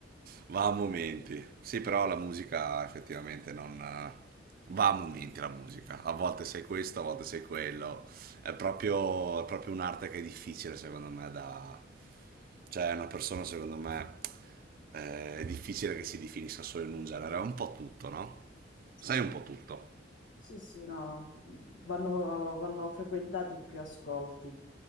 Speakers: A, on the right; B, on the left.
A: Va a momenti. Sì, però la musica effettivamente non... eh, Va a momenti la musica. A volte sei questo, a volte sei quello. È proprio, è proprio un'arte che è difficile secondo me da... Cioè, una persona secondo me eh, è difficile che si definisca solo in un genere. È un po' tutto, no?
B: sì,
A: Sai
B: sì.
A: un po' tutto.
B: Sì, sì, no, vanno, vanno frequentati più ascolti.